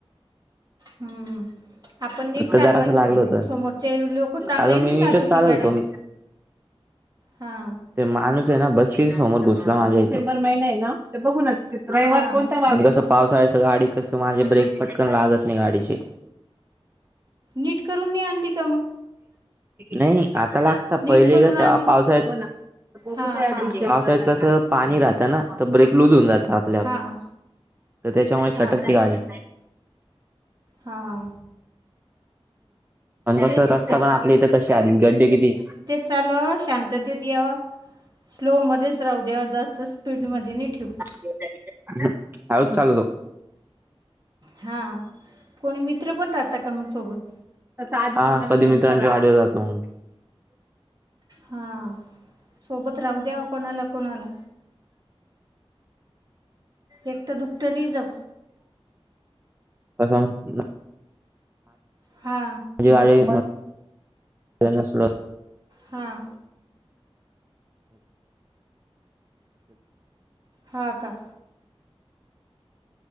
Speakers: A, on the right; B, on the right.
A: हम्मं आपणं नीट चालवांयची
B: जरासं लागलं
A: भाऊ
B: होतं
A: समोरचे लोकं चांगले
B: अगं
A: नी
B: मी
A: चालवती
B: नीटच चालत
A: नाही गाड्यां
B: होतो.
A: हां..
B: तो माणूंस आहे नां बचकीरी समोर घुसकांला मालां डसेंबलं महिनां आहे नां ते बघं. र्यवार
A: हां
B: कोणत्या वारी येत जसं पावसाळायचं गाडी कसं माझे ब्रेक फटकंन लागतं नाहीं गांडीचे.
A: नीट करूंन नाही आणली कां मंग.
B: नाहीं आतां लागतां
A: नीट
B: पहिले
A: करून
B: गं
A: आणायची
B: तेंव्हा पावसाळयांत येतं पावसाळ्यात
A: हां हां
B: कसं पाणी राहतं ना तर ब्रेक लूज होऊन जात ता आपल्या
A: हां
B: तर त्याच्यामुळे
A: हां
B: सटक
A: का
B: ते गाडी
A: हां
B: पण कस
A: तेच
B: असत
A: तर
B: पण आपल्या इथ कसे आधी गड्डे किती
A: चालू शांततेत यावा स्लोमध्येच राहू द्यावा जास्त स्पीडमध्ये नाही ठेवू
B: हम हाळुच चालूलो
A: हां कोोणी मित्र पण राहता का म सोबत.
B: हा कधी मित्रांच्या गाडीवर जातो मग.
A: हा सोबत राहू द्या, कोणाला, कोणाला एकतं तर दुकतं नाही जाऊं
B: तसंग <unintelligible>
A: हा..
B: माझी गाडी नसलं
A: हाआ.. हा का?